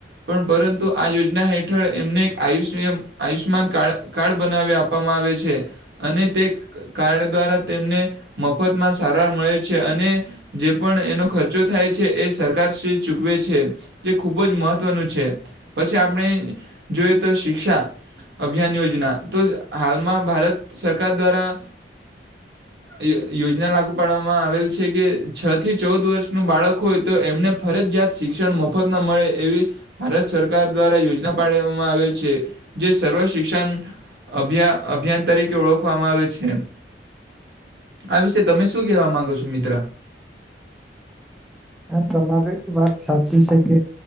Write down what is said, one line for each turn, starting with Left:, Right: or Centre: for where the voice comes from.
Right: પણ પરંતુ આ યોજના હેઠળ એમને એક આયુષ આયુષ્યમાન કારડ કાર્ડ બનાવી આપવામાં આવે છે અને તે કાર્ડ દ્વારા તેમને મફતમાં સારવાર મળે છે અને જે પણ એનો ખર્ચો થાય છે એ સરકારશ્રી ચૂકવે છે જે ખૂબ જ મહત્ત્વનું છે પછી આપણે જોઈએ તો શિક્ષા અભિયાન યોજના તો હાલમાં ભારત સરકાર દ્વારા યો યોજના લાગુ પાડવામાં આવેલ છે કે છ થી ચૌદ વર્ષનું બાળક હોય તો એમને ફરજિયાત શિક્ષણ મફતમાં મળે એવી ભારત સરકાર દ્વારા યોજના પાડવામાં આવેલ છે જે સર્વ શિક્ષણ અભિયા અભિયાન તરીકે ઓળખવામાં આવે છે આ વિશે તમે શું કહેવા માંગો છો મિત્ર
Centre: આ તમારી વાત સાચી છે કે